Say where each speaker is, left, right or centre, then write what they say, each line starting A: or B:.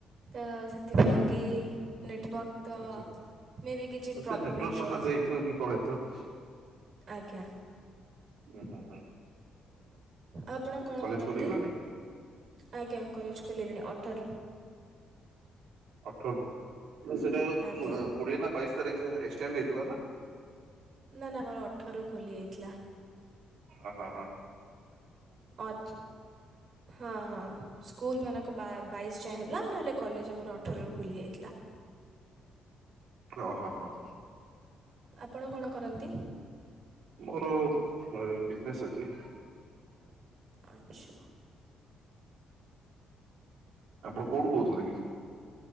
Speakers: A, on the right (about 55°); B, on the right (about 75°).
A: ତ ସେଥିପାଇଁକି ନେଟୱାର୍କ ତ
B: ଆଛାଛା
A: ମେ ବି କିଛି ପ୍ରୋବ୍ଲେମ୍
B: ସେ ନେଟୱର୍କ
A: ହେଇଥିବ
B: ସକାଶେ ହେଇଥିବ କି କଣ ହେଇଥିବ?
A: ଆଜ୍ଞା।
B: ଓ ହୋ ହୋ।
A: ଆପଣ କଣ
B: କଲେଜ
A: କରନ୍ତି?
B: ଖୋଲିଗଲାଣି?
A: ଆଜ୍ଞା କଲେଜ ଖୋଲିଲାଣି। ଅ ଠରରୁ
B: ଅଠରରୁ। ସେଟା
A: ଆଜ୍ଞା
B: କୋଡିଏ ନା ବାଇଶ? ରେ ଯାଏଁ ଏକ୍ସେଟେଣ୍ଡ ହେଇଥିଲା ନା?
A: ନା ନା ମୋର ଅଠରୁ ଖୋଲି ଯାଇଥିଲା।
B: ଓ ହୋ ହ।
A: ଅଦ୍ ହଁ ହଁ ସ୍କୁଲ ମାନଙ୍କ ବା ବାଇଶ ଯାଏ ହେଲା ନହେଲେ କଲେଜ ଆମର ଅଠରରୁ ଖୋଲି ଯାଇଥିଲା।
B: ଓହୋ ହୋ।
A: ଆପଣ କଣ କରନ୍ତି?
B: ମୋର ଏ ବିଜନେସ୍ ଅଛି।
A: ଆଚ୍ଛା।
B: ଆପଣ କୋଉଠୁ କହୁଥିଲେ କି?